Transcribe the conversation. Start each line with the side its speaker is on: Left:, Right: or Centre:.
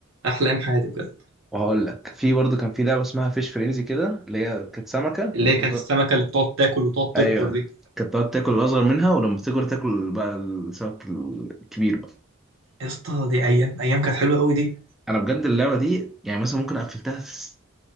Right: احلى ايام حياتي بجد
Centre: وهقول لك في برضه كان في لعبه اسمها فيش فرينزي كده اللي هي كانت سمكه
Right: اللي هي
Centre: وز...
Right: كانت السمكه اللي بتقعد تاكل وتقعد تكبر
Centre: ايوه
Right: دي
Centre: كانت تقعد تاكل الاصغر منها ولما بتكبر تاكل بقى السمك الكبير بقى
Right: يا اسطى دي ايام ايام كانت حلوه قوي دي
Centre: انا بجد اللعبه دي يعني مثلا ممكن قفلتها س-